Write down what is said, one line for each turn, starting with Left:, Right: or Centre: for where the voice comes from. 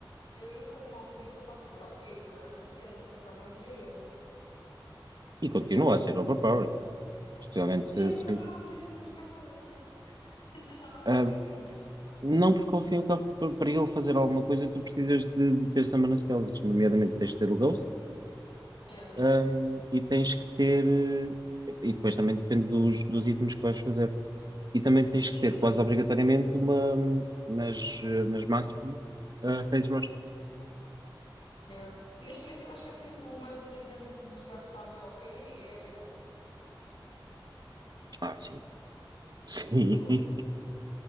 Left: eu lembro-me que houve uma altura que ele estava bué O P, aquilo era uma cena a jogar contra ele.
Right: E continua a ser overpowered. Especialmente
Left: Yeah,
Right: se,
Left: mas
Right: se-
Left: agora já não há muita gente a jogar com ele. <laughs> Eu já não
Right: um,
Left: o apanho muito.
Right: não porque ao fim e ao cabo, pa- para ele fazer alguma coisa, tu precisas de, de ter summon spells, nomeadamente tens de ter o Ghost,
Left: Yeah.
Right: Hum, e tens que ter, eh, e depois também depende dos, dos itens que vais fazer, e também tens
Left: Sim,
Right: que ter
Left: sim.
Right: quase obrigatoriamente uma, hum, nas, eh, nas masteries, eh, phase rush.
Left: Yeah. Neste momento eu acho que assim, o mais irritante de jogar que está bué O P é a Mel.
Right: Ah, sim, sim,
Left: Fogo.
Right: <laughs>